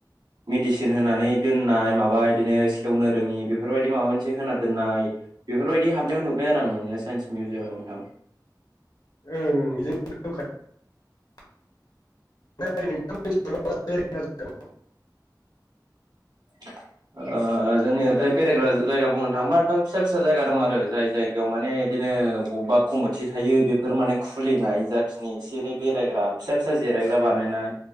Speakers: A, on the right; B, on the left.
A: मेडिसिन होनानै दोननाय माबा इदिनो सेवनो रोङि बेफोरबायदि माबा मोनसे होना दोननाय बेफोरबायदि हाबनायाव नुबाय आरो आं नुनाया साइन्स मिउजियामाव नोंथां।
B: ओं <unintelligible>
A: <unintelligible> ओ जोंनि
B: नोंथां
A: ओरैजाय बेरायग्रा जायगाबो बुंनो थाङोबा नोंथां फिसा-फिसा जायगा दं आरो जाय जायगायाव माने बिदिनो बबेबा कमिटि थायो बेफोर माने खुलिनाय जाखिनि एसे एनै बेरायग्रा फिसा-फिसा जिरायग्रा बानायनाय